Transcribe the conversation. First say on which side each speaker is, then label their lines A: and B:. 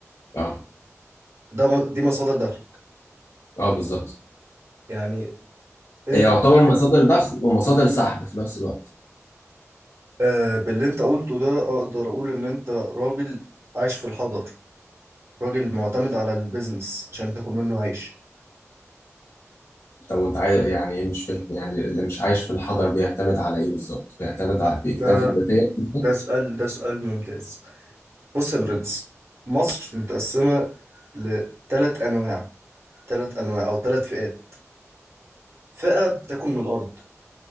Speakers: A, on the left; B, on the right.
A: اه
B: ده م- دي مصادر دخلك
A: اه بالظبط
B: يعني انت
A: هي يعتبر
B: كده
A: مصادر دخل ومصادر سحب في نفس الوقت
B: آه، باللي انت قلته ده اقدر اقول ان انت راجل عايش في الحضر راجل معتمد على البيزنس عشان تاكل منه عيش
A: طب وانت عايز يعني ايه مش فاهم يعني اللي مش عايش في الحضر بيعتمد على ايه بالظبط؟ بيعتمد على
B: آه،
A: بيكتفي
B: ده
A: ذاتيا بالظبط؟
B: ده سؤال ده سؤال ممتاز بص يا برنس مصر متقسمة لثلاث أنواع ثلاث أنواع أو ثلاث فئات فئة بتاكل من الأرض